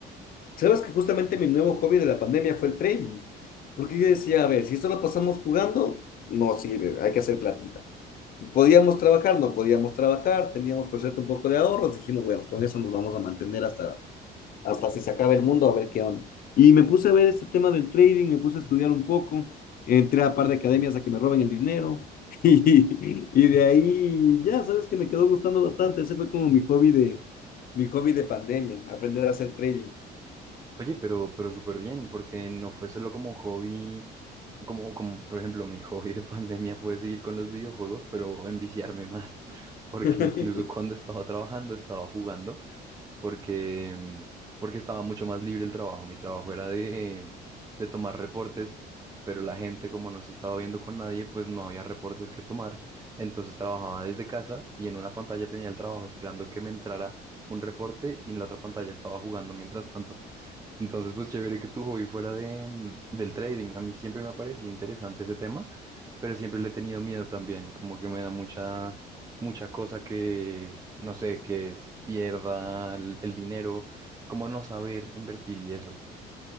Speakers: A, on the left (about 55°); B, on the right (about 20°).
A: Sabes que justamente mi nuevo hobby de la pandemia fue el trading. Porque yo decía, a ver, si solo pasamos jugando, no sirve, hay que hacer platita. Podíamos trabajar, no podíamos trabajar, teníamos por cierto un poco de ahorros, dijimos, bueno, con eso nos vamos a mantener hasta, hasta si se acaba el mundo, a ver qué onda. Y me puse a ver este tema del trading, me puse a estudiar un poco, entré a un par de academias a que me roben el dinero, <laughs> y, y de ahí ya sabes que me quedó gustando bastante, ese fue como mi hobby de, mi hobby de pandemia, aprender a hacer trading.
B: Oye, pero, pero súper bien, porque no fue solo como un hobby, como, como, por ejemplo, mi <laughs> hobby de pandemia fue seguir con los videojuegos, pero enviciarme más, <laughs> porque
A: <laughs>
B: incluso cuando estaba trabajando, estaba jugando. porque, mm, porque estaba mucho más libre el trabajo. Mi trabajo era de, de tomar reportes, pero la gente, como no se estaba viendo con nadie, pues no había reportes que tomar. Entonces trabajaba desde casa y en una pantalla tenía el trabajo esperando que me entrara un reporte y en la otra pantalla estaba jugando mientras tanto. Entonces, pues chévere que tu hobby fuera de, mm, del trading. A mí siempre me ha parecido interesante ese tema pero siempre le he tenido miedo también, como que me da mucha, mucha cosa que, no sé, que se pierda el, el dinero, como no saber invertir y eso.